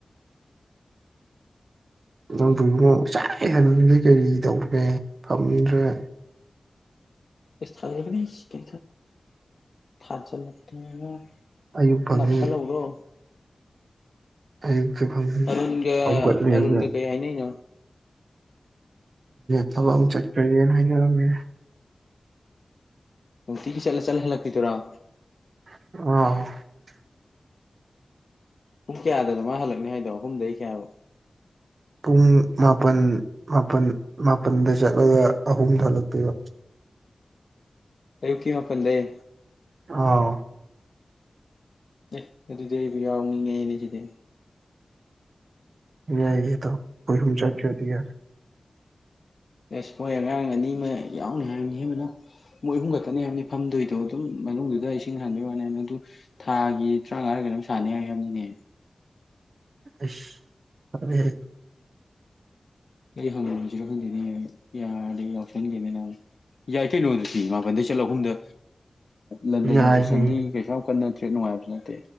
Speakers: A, on the right (about 70°); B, on the left (about 65°).
A: ꯅꯪ ꯆꯥꯟꯅꯤꯡꯩ ꯀꯔꯤ ꯇꯧꯈꯦ ꯐꯝꯃꯤꯗ꯭ꯔꯥ
B: ꯏꯁ ꯊ ꯊꯥꯔꯖ ꯂ
A: ꯑꯌꯨꯛ ꯐꯪꯉꯤ
B: ꯅꯛꯁ ꯎꯔꯣ
A: ꯑꯌꯨꯛꯇ ꯐꯪꯉꯤ
B: ꯑꯔꯨꯟꯒ
A: ꯍꯧꯒꯠ ꯂꯩꯔꯒ
B: ꯑꯔꯨꯟꯒ ꯀꯩ ꯍꯥꯏ ꯅꯅ
A: ꯊꯕ ꯆꯠꯄ ꯍꯥꯏ
B: ꯇꯤꯒꯤ ꯆꯠꯂ ꯆꯂ ꯂꯄꯤ ꯇꯔꯥꯎ
A: ꯑ
B: ꯄꯨꯡ ꯀꯌꯥꯗꯅꯣ ꯃꯥ ꯍꯜꯂꯛꯅꯤ ꯍꯥꯏꯗꯣ ꯑꯍꯨꯝꯗꯒꯤ ꯀꯌꯥꯕꯨꯣ
A: ꯄꯨꯡ ꯃꯥꯄꯜ ꯃꯥꯄꯜ ꯃꯥꯄꯜꯗ ꯆꯠꯂꯒ ꯑꯍꯨꯝ ꯊꯣꯛꯂꯛꯇꯄꯤꯔꯣ
B: ꯀꯌ ꯀ ꯋꯥ ꯐꯟ ꯂꯩ
A: ꯑꯥ
B: ꯑꯦ ꯑꯗꯨꯗꯕꯤ ꯌꯥ ꯃꯤꯉ ꯂꯩꯁꯤꯗ
A: ꯌꯥꯏꯌꯦ ꯑꯩꯣꯏ ꯍꯨꯝ ꯆꯪ ꯀꯗ ꯌꯥꯦ
B: ꯑꯦꯁ ꯍꯣꯏ ꯉꯥꯡꯔ ꯑꯅꯤ ꯑꯃ ꯌꯥꯎꯅꯤ ꯍꯥꯏꯕꯅꯤ ꯍꯦꯕꯅ ꯃꯣꯏ ꯑꯍꯨꯝꯒꯛꯇꯅꯤ ꯍꯥꯏꯕꯅꯤ ꯐꯝꯗꯣꯏꯗꯣ ꯑꯗꯨꯝ ꯃꯅꯨꯡꯗꯨꯗ ꯏꯁꯤꯡ ꯁꯥꯟꯥꯟꯕꯒꯤ ꯋꯥꯅꯤ ꯑꯗꯨ ꯊꯥꯒꯤ ꯇꯔꯥꯃꯉꯥ ꯀꯩꯅꯣꯝ ꯁꯥꯟꯅꯩ ꯍꯥꯏ ꯍꯥꯏꯅꯤꯡꯅꯦ
A: ꯑ ꯐꯔꯦ
B: ꯍꯪꯔꯝꯒꯦꯅꯤ ꯌꯥꯗꯤ ꯌꯥꯎꯁꯦꯅꯤꯅ ꯌꯥꯏ ꯀꯩꯅꯣ ꯑꯗꯨꯗꯤ ꯃꯥꯄꯟꯗꯩ ꯆꯠꯂꯣ ꯑꯍꯨꯝꯗ ꯂꯟꯗꯟ
A: ꯌꯥꯏꯅꯦ
B: ꯁꯦꯁꯟꯗꯤ ꯀꯩꯁꯨ ꯌꯥꯝ ꯀꯟꯅ ꯇ꯭ꯔꯦꯠ ꯅꯨꯡꯉꯥꯏꯕꯁꯨ ꯅꯠꯇꯦ